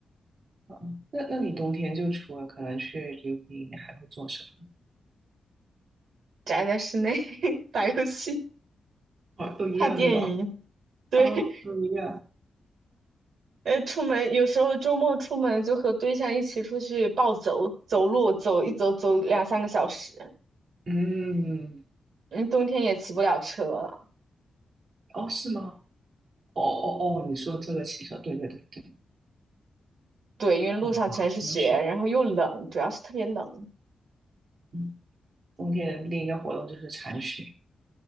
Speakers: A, on the right; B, on the right.
A: 啊。那那你冬天就除了可能去溜冰，你还会做什么？
B: 宅在室内 <laughs> 打游戏、
A: 啊，哦，都一样对吧？
B: 看电影。
A: <laughs>
B: 对，
A: 啊，都一样。
B: 呃，出门有时候周末出门就和对象一起出去暴走，走路走一走走两三个小时。
A: 嗯，
B: 嗯，冬天也骑不了车，
A: 哦，是吗？哦哦哦，你说这个骑车，对对对对，
B: 对，因为路上全是雪，
A: 哦，好能雪。
B: 然后又冷，主要是特别冷。
A: 嗯，冬天的另一个活动就是铲雪，